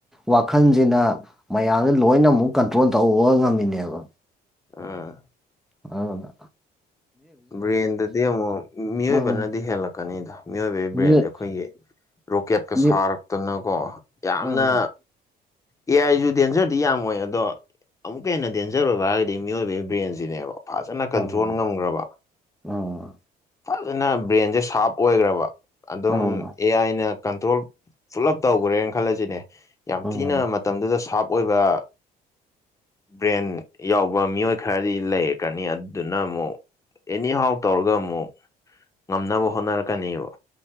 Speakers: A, in the centre; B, on the left.
A: ꯋꯥꯈꯜꯁꯤꯅ ꯃꯌꯥꯝꯅ ꯂꯣꯏꯅ ꯑꯃꯨꯛ ꯀꯟꯇ꯭ꯔꯣꯜ ꯇꯧꯕ ꯉꯝꯃꯤꯅꯦꯕ
B: ꯑꯥ
A: ꯍꯥꯎꯗ
B: ꯕ꯭ꯔꯦꯟꯗꯗꯤ ꯑꯃꯨꯛ ꯃꯤꯑꯣꯏꯕꯅꯗꯤ
A: ꯎꯝ
B: ꯍꯦꯜꯂꯛꯀꯅꯤꯗ ꯃꯤꯑꯣꯏꯕꯒꯤ
A: ꯌꯦ
B: ꯕ꯭ꯔꯦꯟꯁꯦ ꯑꯩꯈꯣꯏꯒꯤ ꯔꯣꯀꯦꯠꯀ
A: ꯌꯦ
B: ꯁꯥꯔꯛꯇꯅꯀꯣ ꯌꯥꯝꯅ
A: ꯎꯝ
B: ꯑꯦꯌꯥꯔꯁꯨ ꯗꯦꯟꯁꯔꯗꯤ ꯌꯥꯝ ꯑꯣꯏ ꯑꯗꯣ ꯑꯃꯨꯛꯀ ꯍꯦꯟꯅ ꯗꯦꯟꯖꯔ ꯑꯣꯏꯕ ꯍꯥꯏꯔꯒꯗꯤ ꯃꯤꯑꯣꯏꯕꯒꯤ ꯕ꯭ꯔꯦꯟꯁꯤꯅꯦꯕ ꯐꯖꯅ
A: ꯎꯝ
B: ꯀꯟꯇ꯭ꯔꯣꯜ ꯉꯝꯈ꯭ꯔꯕ
A: ꯎꯝ ꯎꯝ
B: ꯐꯖꯅ ꯕ꯭ꯔꯦꯟꯁꯦ ꯁꯥꯔꯞ ꯑꯣꯏꯈ꯭ꯔꯕ ꯑꯗꯨꯝ
A: ꯎꯝ
B: ꯑꯦ ꯑꯥꯏꯅ ꯀꯟꯇ꯭ꯔꯣꯜ ꯄꯨꯂꯞ ꯇꯧꯈ꯭ꯔꯦꯅ ꯈꯜꯂꯁꯤꯅꯦ ꯌꯥꯝ
A: ꯎꯝ
B: ꯊꯤꯅ ꯃꯇꯝꯗꯨꯗ ꯁꯥꯔꯞ ꯑꯣꯏꯕ ꯕ꯭ꯔꯦꯟ ꯌꯥꯎꯕ ꯃꯤꯑꯣꯏ ꯈꯔꯗꯤ ꯂꯩꯔꯛꯀꯅꯤ ꯑꯗꯨꯅ ꯑꯃꯨꯛ ꯑꯦꯅꯤꯍꯥꯎ ꯇꯧꯔꯒ ꯑꯃꯨꯛ ꯉꯝꯅꯕ ꯍꯣꯠꯅꯔꯛꯀꯅꯦꯕ